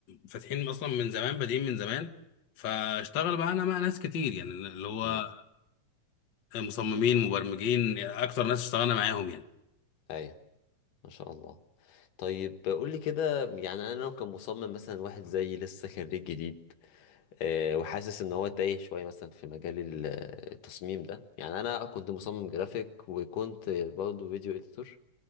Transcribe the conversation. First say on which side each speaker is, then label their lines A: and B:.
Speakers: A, on the left; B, on the left.
A: فاتحين اصلا من زمان بادئين من زمان فاشتغل معانا مع ناس كتير يعني اللي هو
B: امم
A: مصممين مبرمجين يعني اكتر ناس اشتغلنا معاهم يعني
B: ايوه ما شاء الله طيب قول لي كده يعني انا لو كان مصمم مثلا واحد زي لسه خريج جديد آه، وحاسس ان هو تايه شويه مثلا في مجال ال- آه، التصميم ده يعني انا كنت مصمم جرافيك وكنت برضه فيديو اديتور